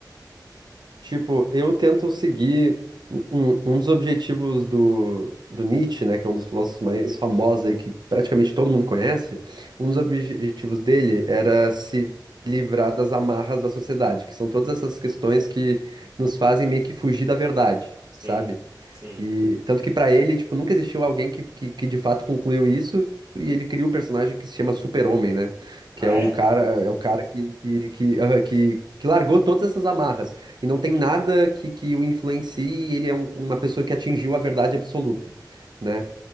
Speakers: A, on the right; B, on the right.
A: Tipo, eu tento seguir um, um- um dos objetivos do, do Nietzsche, né, que é um dos filósofos mais famosos aí, que praticamente todo mundo conhece. Um dos objetivos dele era se livrar das amarras da sociedade, que são todas essas questões que nos fazem meio que fugir da verdade,
B: Sim,
A: sabe?
B: sim.
A: E tanto que pra ele, tipo, nunca existiu alguém que, que, que de fato concluiu isso. E ele cria o personagem que se chama Super-Homem, né? Que
B: Ah,
A: é o
B: é?
A: cara, é o cara que, que, que, aham, que, que largou todas essas amarras. E não tem nada que, que o influencie, e ele é um- uma pessoa que atingiu a verdade absoluta, né?